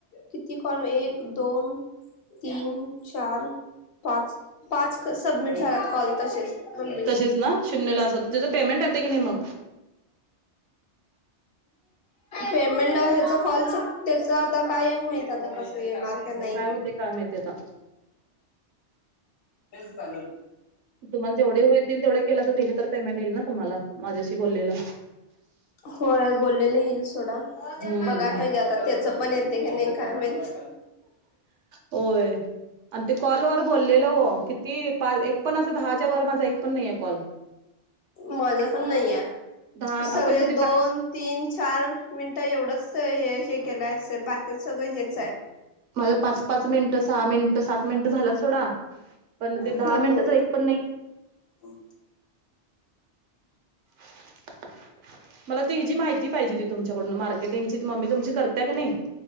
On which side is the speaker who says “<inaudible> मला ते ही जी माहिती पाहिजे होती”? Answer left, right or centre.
Right